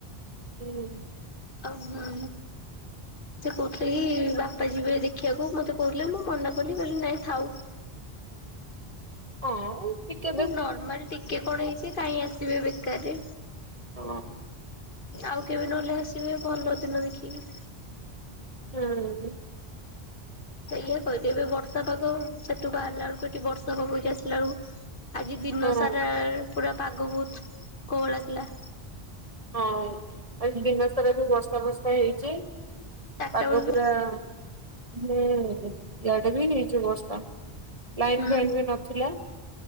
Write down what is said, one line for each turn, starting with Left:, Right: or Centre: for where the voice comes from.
Right: ହୁଁ ଉଁ।
Left: ଓ ହଁ। ସେ କୋହୁଥିଲେ କି, ବାପା ଯିବେ ଦେଖିବାକୁ? ମତେ କହୁଥିଲେ ମୁଁ ମନା କଲି, କହିଲି ନାଇଁ ଥାଉ।
Right: ଆଁଉଁ ତିକେ।
Left: ନର୍ମାଲ ଟିକେ କଣ ହେଇଛି କାଇଁ ଆସିବେ ବେକାରରେ।
Right: ହଁ।
Left: ଆଉ କେବେ ନହେଲେ ଆସିବେ ଭଲ ଦିନ ଦେଖିକି।
Right: ହୁଁ ଉଁ
Left: ସେଇୟା କହିଦେ ଏବେ ବର୍ଷା ପାଗ, ସେଠୁ ବାହାରିଲା ବେଳକୁ ଏଠି ବର୍ଷା ପକୋଉଚି ଆସିଲା ଏଳୁକୁ। ଆଜି ଦିନ
Right: ହଁ।
Left: ସାରା ପୁରା ପାଗ ବୋହୁତ୍ କୋହଲଲା ଥିଲା।
Right: ହଁ ଆଜି ଦିନସାରା ବି ବର୍ଷା ଫର୍ଷା ହେଇଛି
Left: ଚାରିଟା
Right: ପାଗ
Left: ବେଳକୁ
Right: ପୁରା ହୁଁ, ଏଆଡେ ବି ହେଇଛି ବର୍ଷା, ଲାଇନ୍
Left: ହୁଁ
Right: ଫାଇନ୍ ବି ନ ଥିଲା